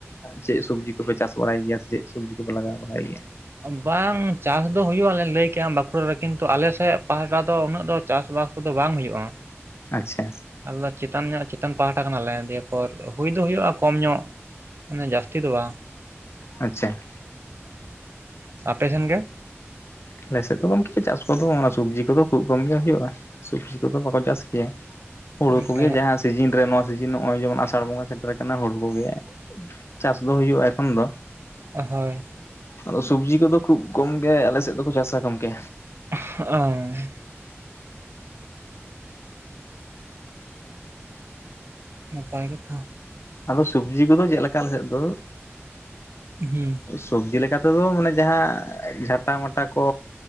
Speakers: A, on the left; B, on the right.
A: ᱪᱮᱫ ᱥᱚᱵᱡᱤ ᱠᱚᱯᱮ ᱪᱟᱥ ᱵᱟᱲᱟᱭ ᱜᱮᱭᱟ ᱥᱮ ᱪᱮᱫ? ᱥᱚᱵᱽᱡᱤ ᱞᱟᱜᱟᱣ ᱵᱟᱲᱟᱭ ᱜᱮᱭᱟ
B: ᱵᱟᱝ ᱪᱟᱥ ᱫᱚ ᱦᱩᱭᱩᱜ ᱟᱞᱮ ᱞᱟᱹᱭ ᱠᱮᱫ-ᱟ ᱵᱟᱸᱠᱩᱲᱟ ᱨᱮ ᱠᱤᱱᱛᱩ ᱟᱞᱮᱥᱮᱫ ᱯᱟᱦᱴᱟ ᱫᱚ ᱩᱱᱟᱹᱜ ᱫᱚ ᱪᱟᱥᱵᱟᱥ ᱠᱚᱫᱚ ᱵᱟᱝ ᱦᱩᱭᱩᱜ-ᱟ᱾
A: ᱟᱪᱪᱷᱟ,
B: ᱟᱞᱮ ᱪᱮᱛᱟᱱ ᱧᱚᱜ ᱪᱮᱛᱟᱱ ᱯᱟᱦᱴᱟ ᱠᱟᱱᱟᱞᱮ ᱫᱤᱭᱮᱯᱚᱨ ᱦᱩᱭ ᱫᱚ ᱦᱩᱭᱩᱜ-ᱟ ᱠᱚᱢ ᱧᱚᱜ ᱢᱟᱱᱮ ᱡᱟᱹᱥᱛᱤ ᱫᱚ ᱵᱟᱝ᱾
A: ᱟᱪᱪᱷᱟ,
B: ᱦᱩ ᱟᱯᱮᱥᱮᱱ ᱜᱮ?
A: ᱟᱞᱮᱥᱮᱫ ᱫᱚ ᱜᱢᱠᱮᱭᱟ ᱪᱟᱥ ᱠᱚᱫᱚ ᱥᱚᱵᱡᱤ ᱠᱚᱫᱚ ᱠᱷᱩᱵ ᱠᱚᱢ ᱜᱮ ᱦᱩᱭᱩᱜ-ᱟ᱾ ᱥᱚᱵᱽᱡᱤ ᱠᱚᱫᱚ ᱵᱟᱠᱚ ᱪᱟᱥ ᱜᱮᱭᱟ ᱦᱩᱲᱩ
B: ᱦᱩᱸ
A: ᱠᱚᱜᱮ
B: ᱛᱟ
A: ᱡᱟᱦᱟᱸ ᱥᱤᱡᱤᱱ ᱨᱮ ᱱᱚᱣᱟ ᱥᱤᱡᱤᱱ ᱱᱚᱜ-ᱚᱭ ᱡᱮᱢᱚᱱ ᱟᱥᱟᱲ ᱵᱚᱸᱜᱟ ᱥᱮᱴᱮᱨ ᱠᱟᱱᱟ ᱦᱩᱲᱩ ᱠᱚᱜᱮ ᱪᱟᱥ ᱫᱚ ᱦᱩᱭᱩᱜ-ᱟ ᱮᱠᱷᱚᱱ ᱫᱚ
B: ᱦᱳᱭ
A: ᱟᱫᱚ ᱥᱚᱵᱽᱡᱤ ᱠᱚᱫᱚ ᱠᱷᱩᱵ ᱠᱚᱢ ᱜᱮ ᱟᱞᱮ ᱥᱮᱫ ᱫᱚᱠᱚ ᱪᱟᱥᱟ ᱜᱚᱢᱠᱮ᱾
B: ᱦᱟᱜ-ᱚᱭ ᱱᱟᱯᱟᱭ ᱠᱟᱛᱷᱟ
A: ᱟᱫᱚ ᱥᱚᱵᱽᱡᱤ ᱠᱚᱫᱚ ᱪᱮᱫ ᱞᱮᱠᱟ ᱟᱞᱮ ᱥᱮᱫ ᱫᱚ
B: ᱦᱩᱸ
A: ᱥᱚᱵᱽᱡᱤ ᱞᱮᱠᱟᱛᱮᱫᱚ ᱢᱟᱱᱮ ᱡᱟᱦᱟᱸ ᱡᱷᱟᱴᱟ ᱢᱟᱴᱟ ᱠᱚ᱾